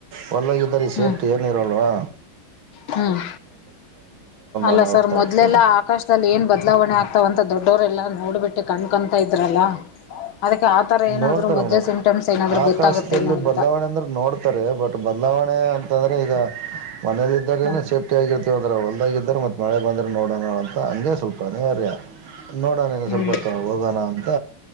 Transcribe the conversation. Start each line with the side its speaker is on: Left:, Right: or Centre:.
Right: ಹೊಲ್ಲಾಗಿದ್ದರೆ ಈ ಸೇಫ್ಟು
Left: ಹ್ಮ್
Right: ಏನಿರೋಲ್ವಾ
Left: ಹ್ಮ್ ಅಲ್ಲ
Right: ಅನಾಹುತ
Left: ಸರ್
Right: ಆಗ್ತವೆ
Left: ಮೊದ್ಲೆಲ್ಲ
Right: ರೀ
Left: ಆಕಾಶದಲ್ಲಿ ಏನ್ ಬದಲಾವಣೆ ಆಗ್ತ ಅಥವಂತ ದೊಡ್ಡವರೆಲ್ಲ ನೋಡ್ಬಿಟ್ಟು ಕಣ್ಕೊಂತಾ ಇದ್ರಲ್ಲ ಅದಕ್ಕೆ ಆತರ ಏನಾದ್ರು
Right: ನೋಡ್ತಾರೆ
Left: ಮೊದ್ಲೇ
Right: ಮೇಡಮ್
Left: ಸಿಮ್ಟಮ್ಸ್ ಏನಾದ್ರು
Right: ಆಕಾಶದಲ್ಲಿ
Left: ಗೊತ್ತಾಗುತ್ತೇನೋ ಅಂತ
Right: ಬದಲಾವಣೆ ಅಂದ್ರೆ ನೋಡ್ತಾರೆ ಬಟ್ ಬದಲಾವಣೆ ಅಂತಂದ್ರೆ ಈಗ ಮನೇಲ್ಲ ಇದ್ರ
Left: ಹ್ಮ
Right: ಸೇಫ್ಟಿ ಆಗಿರ್ತ್ತ ದ್ರ ಹೊಲ್ದಾಗಿದೆ ಮತ್ತ ಮಳೆ ಬಂದ್ರೆ ನೋಡೋಣೋ ಅಂತ ಹಂಗೆ ಸ್ವಲ್ಪ ಅನಿವಾರ್ಯ ನೋಡೋಣನು
Left: ಹ್ಮ್
Right: ಸ್ವಲ್ಪ ಹೊತ್ತು ಹೋಗೋಣ ಅಂತ